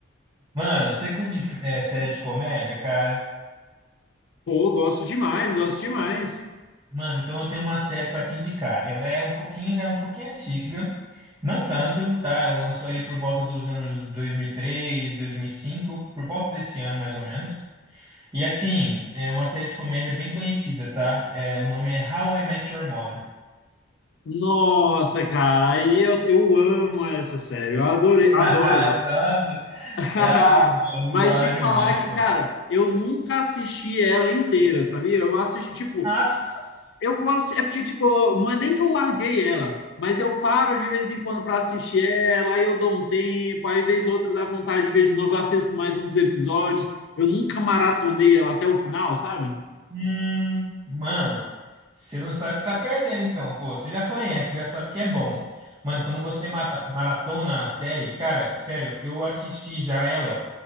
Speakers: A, on the right; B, on the left.
A: Mano, você curte é, série de comédia, cara?
B: Pô, gosto demais, gosto demais.
A: Mano, então eu tenho uma série pra te indicar. Ela é um pouquinho, já é um pouquinho antiga. Não tanto, tá? Ela lançou ali por volta dos anos dois dois mil mil e três, dois mil e cinco, por volta desse ano mais ou menos. E assim, é uma série de comédia bem conhecida, tá? É, o nome é How I Met Your Mother.
B: Nossa, cara, aí eu, eu amo essa série, eu adorei,
A: <laughs>
B: adoro ela.
A: Nossa,
B: <laughs>
A: é, ah, mano,
B: Mas
A: da hora
B: te
A: demais,
B: falar que,
A: pô.
B: cara, eu nunca assisti ela inteira, sabia? Eu assisti, tipo,
A: Nossa.
B: Eu vou assi- É porque, tipo, não é nem que eu larguei ela, mas eu paro de vez em quando para assistir ela, aí eu dou um tempo, aí vez ou outra dá vontade de ver de novo, eu assisto mais um dos episódios. Eu nunca maratonei ela até o final, sabe?
A: Hum, mano, você não sabe o que está perdendo, então. Pô, você já conhece, já sabe que é bom. Mano, quando você mara- maratona a série, cara, sério, eu assisti já ela